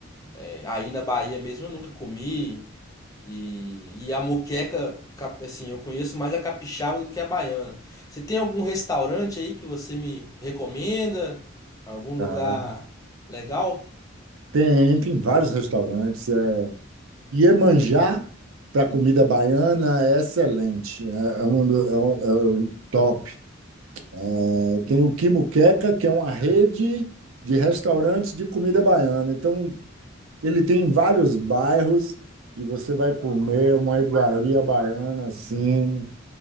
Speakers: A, on the left; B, on the right.
A: é, aí na Bahia mesmo eu nunca comi. E, e a moqueca, cap- assim, eu conheço mais a capixaba do que a baiana. Você tem algum restaurante aí que você me recomenda? Algum lugar
B: Tá?
A: legal?
B: Tem, tem vários restaurantes. É. Iemanjá, para comida baiana, é excelente, é, é um, do- é um- é um top. É, Tem o Quimuqueca, que é uma rede de restaurantes de comida baiana. Então, Ele tem vários bairros e você vai comer uma iguaria baiana assim,